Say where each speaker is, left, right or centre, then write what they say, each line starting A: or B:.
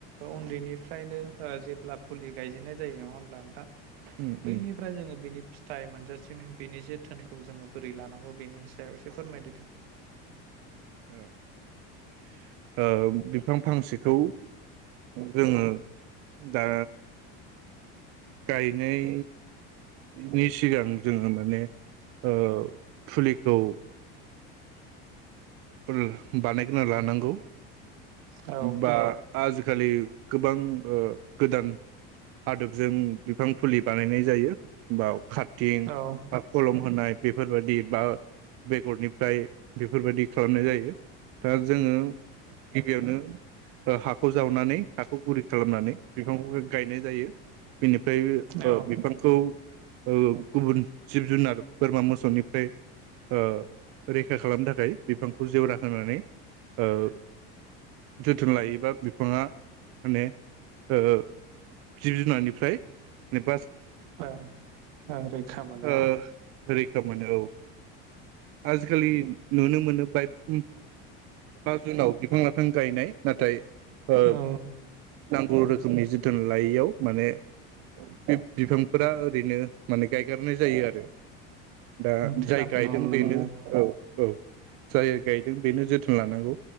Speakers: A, on the right; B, on the right.
A: उन्दैनिफ्रायनो ओ- जेब्ला फुलि गायजेननाय जायो नङा होमब्ला नोंथां?
B: उम
A: बैनिफ्राय
B: उम
A: जोङो बेनि फिथाइ मोनजासिम बेनि जोथोनखौ जोङो बोरै लानांगौ बेनि सायाव एसे फोरमायदो दे।
B: औ ओ- बिफां फांसेखौ जोङो दा गायनाय नि सिगां जोङो माने ओ- फुलिखौ। फोर बानायग्रोना लानांगौ।
A: औ
B: बा आज खालि गोबां ओ- गोदान आदोबजों बिफां फुलि बानायनाय जायो। बा <unintelligible> थिं
A: औ
B: बा कलम होनाय। बेफोरबादि बा बेगरनिफ्राय बेफोरबादि। खालामनाय जायो। दा जोङो गिबियावनो। ओ हाखौ जावनानै। हाखौ गुरै खालामनानै बिफांखौहाय। गायनाय जायो। बिनिफ्राय
A: औ
B: ओ-बिफांखौ। ओ गुबुन जिब जुनार बोरमा मोसौनिफ्राय ओ- रैखा खालामनो थाखाय। बिफांखौ जेवरा होनानै ओ-जोथोन लायोबा बिफाङा माने ओ-जिब जुनारनिफ्राय माने।
A: ओ हो रैखा मोनो
B: ओ
A: आरो।
B: रैखा मोनो औ आजिखालि नुनो। मोनो <unintelligible> <unintelligible> जुनाव बिफां लाइफां गायनाय नाथाय ओ
A: औ
B: नांगौ रोखोमनि जोथोन लायैयाव माने बे बिफांफोरा। ओरैनो। माने गायगारनाय जायो आरो दा
A: थैलांफिननो
B: जाय गायदों
A: हमनो
B: बेनो
A: मोनो आरो
B: औ औ जाया गायदों बेनो जोथोन लानांगौ